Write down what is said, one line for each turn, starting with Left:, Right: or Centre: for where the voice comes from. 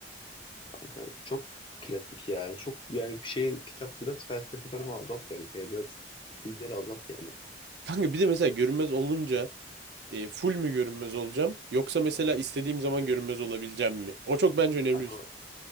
Left: Kanka çok klasik ya. Çok yani bir şey kitap biraz felsefe tarafı azalt kanka ya. Biraz ileri azalt yani.
Right: Kanka bir de mesela görünmez olunca e, full mü görünmez olacağım yoksa mesela istediğim zaman görünmez olabileceğim mi? O çok bence önemli.
Left: Kanka,
Right: bir- soru.